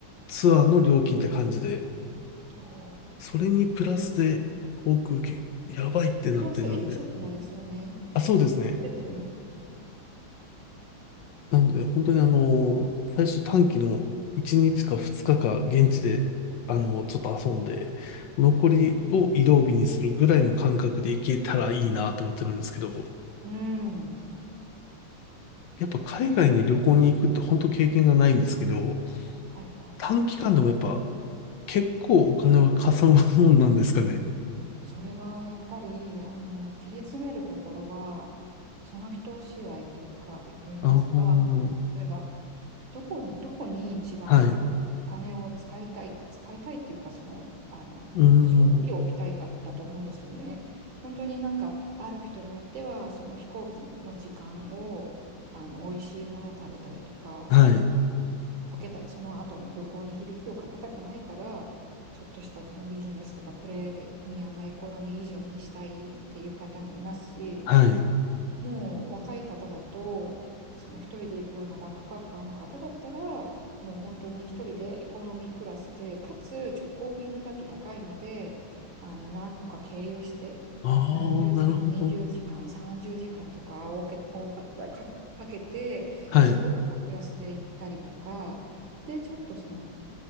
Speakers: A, on the left (about 70°); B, on the right (about 70°).
A: ツアーの料金って感じで、
B: おー
A: それにプラスで航空券、やばいってなってるんで。
B: でプラス飲食もですよね。
A: あ、そうですね。
B: ですよね。
A: なので、本当にあの、最初短期の1日か2日かか現地で、あの、ちょっと遊んで、残りを移動日にするぐらいの感覚で行けたらいいなと思ってるんですけど、
B: はい。うん。
A: やっぱ海外に旅行に行くって本当経験がないんですけど、
B: ええはいはい。
A: 短期間でもやっぱ結構お金はかさむもんなんですかね。
B: それはやっぱり、あの、切り詰めるところは、その人次第というか、と言いますか、
A: ああ
B: あの、例えば、どこに、どこに一番お金を使いたい、
A: はい。
B: 使いたいっていうか、その、あの、
A: うー
B: なんでしょう、大きい置きたいかだと思うんですよね。
A: ん。
B: 本当になんか、ある人によっては、その飛行機の時間を、あの、美味しいものを食べたりとか、
A: はい。
B: そのかけた、その後の旅行に響きをかけたくないから、ちょっとしたそのビジネスとかプレミアムエコノミー以上にしたいっていう方もいますし、
A: はい。
B: もう若い方だと、その一人で行くようなバックパッカーの方だったら、もう本当に一人でエコノミークラスで、かつ直行便だと高いので、あの何個か経由して、
A: ああ、
B: 何十時間、
A: なるほど。
B: 20時間、30時間とか多け、多かった、か、かけて、
A: はい。
B: すごく格安で行ったりとか、で、ちょっとその、